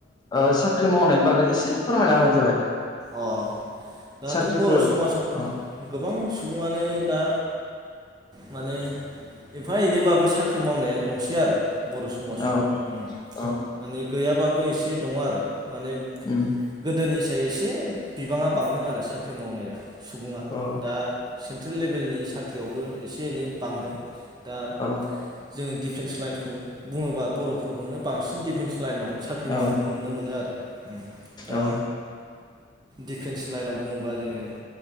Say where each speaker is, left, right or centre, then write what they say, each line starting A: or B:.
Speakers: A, on the left; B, on the right.
A: ओ साख्रि मावनायनि बागै एसे फोरमायना होबानो जाबाय
B: अ दाथ'
A: साख्रिफोर
B: बर' समाजाव
A: औ
B: गोबां सुबुंङानो दा माने एफा एनैबाबो साख्रि मावनाया दंसै आरो बर' समाजाव
A: औ
B: माने
A: औ
B: माने गैयाबाबो एसे दङ आरो माने
A: उम
B: गोदोनि एसे बिबांङा बांदों आरो साख्रि साख्रि मावनाया सुबुङा
A: औ
B: दा सेन्ट्रेल लेभे भेल नि साख्रियावबो एसे एनै बांदों दा
A: औ
B: जोङो दिडिफेन्स लाइन्सखौ बुङोबा बर'फोरखौनो बांसिन दिडिफेन्स लाइनाव साख्रि मावनायखौ
A: औ
B: नुनो मोनो आरो दा
A: औ
B: दिफेन्स लाइनाव बुङोबा जोङो